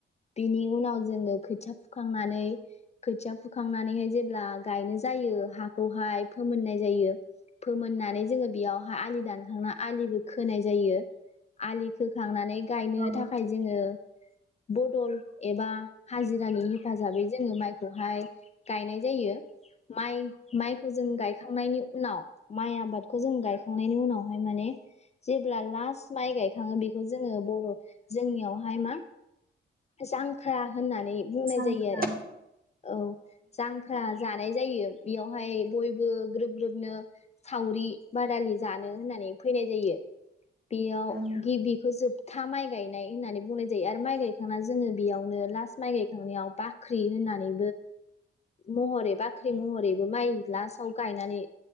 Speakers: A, on the left (about 35°); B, on the right (about 45°).
A: बिनि उनाव जोङो खोथिया फुखांनानै खोथिया फु खांनानैहाय जेब्ला गायनो जायो हाखौ हाय फोमोननाय जायो फोमोननानै जोङो बेयाव आलि दानखां ना आलि बो खोनाय जायो आलि खोखांनानै गायनो
B: औ
A: थाखाय जोङो बदल एबा हाजिरानि हेफाजाबै जोङो माइखौ हाय गायनाय जायो माइ माइखौ जों गायखांनायनि उनाव माइ आबादखौ जों गायखांनायनि उनावहाय माने जेब्ला लास्ट माइ गायखाङो बेखौ जोङो बर' जोंनियावहाय मा जांख्रा होननानै बुंनाय
B: जांख्रा
A: जायो आरो औ जांख्रा जानाय जायो बेयावहाय बयबो ग्रोब ग्रोबनो सावरि बादालि जानो होननानै फैनाय जायो। बेयाव
B: ओं
A: गिबिखौ जोब था माइ गायनाय होननानै बुंनाय जायो आरो माइ गायखांना जोङो बेयावनो लास्ट माइ गायखांनायाव बाख्रि होननानै महरै बाख्रि महरैबो माइ लास्टाव गायनानै